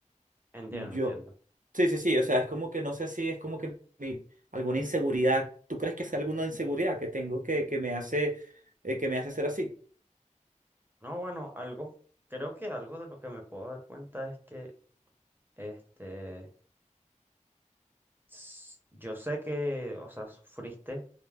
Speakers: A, on the right (about 15°); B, on the right (about 80°).
A: Entiendo,
B: Yo,
A: entiendo.
B: sí, sí, sí, o sea, es como que no sé si es como que mi- alguna inseguridad, ¿tú crees que es alguna inseguridad que tengo que, que me hace, eh, que me hace ser así?
A: No, bueno, algo, creo que algo de lo que me puedo dar cuenta es que este s- Yo sé que, o sea, sufriste